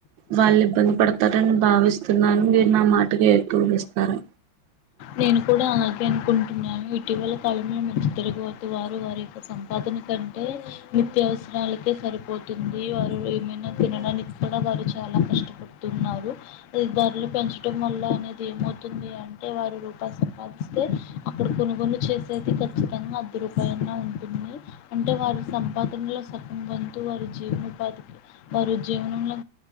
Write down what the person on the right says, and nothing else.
వాళ్ళు ఇబ్బంది పడతారని భావిస్తున్నాను. మీరు నా మాటకు ఏకీభవిస్తారా?